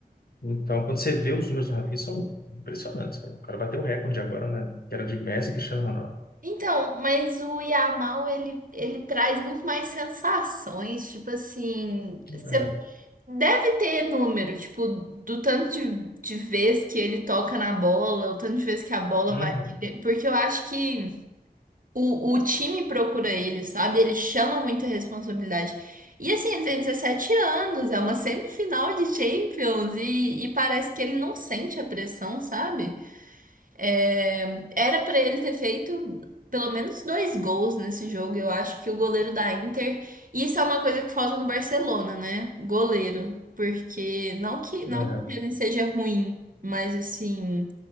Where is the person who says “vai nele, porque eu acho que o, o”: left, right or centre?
Right